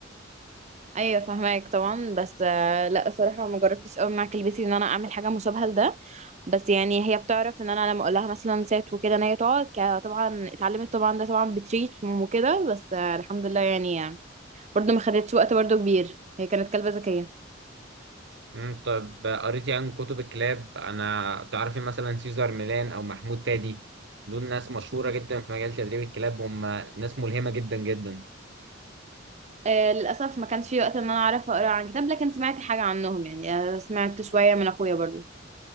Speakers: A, on the right; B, on the right.
A: ايوه فهماك طبعا بس آه، لا الصراحه ما جربتش قوي مع كلبتي ان انا اعمل حاجه مشابهه لده بس يعني هي بتعرف ان انا لما اقول لها مثلا سات وكده ان هي تقعد ك- طبعا اتعلمت طبعا ده طبعا بتريت وكده بس آه، الحمد لله يعني برضو ما خدتش وقت برضو كبير هي كانت كلبه ذكيه
B: مم، طب قريتي عن كتب الكلاب انا تعرفي مثلا سيزار ميلان او محمود فادي دول ناس مشهورة جدا في مجال تدريب الكلاب هم ناس ملهمة جدا جدا
A: آه، للاسف ما كانش في وقت ان انا اعرف اقرا عن كتاب لكن سمعت حاجه عنهم يعني آه، سمعت شويه من اخويا برضو